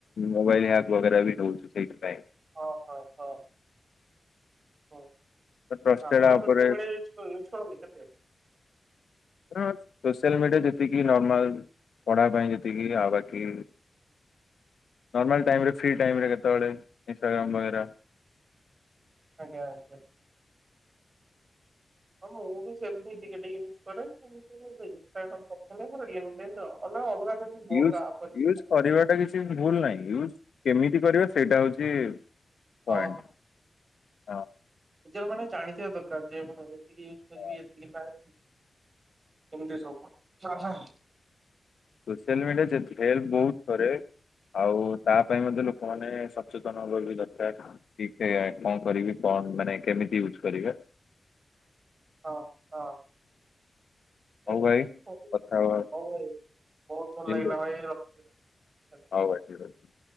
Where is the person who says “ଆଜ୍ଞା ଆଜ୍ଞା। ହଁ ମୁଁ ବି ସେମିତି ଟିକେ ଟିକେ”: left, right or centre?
Right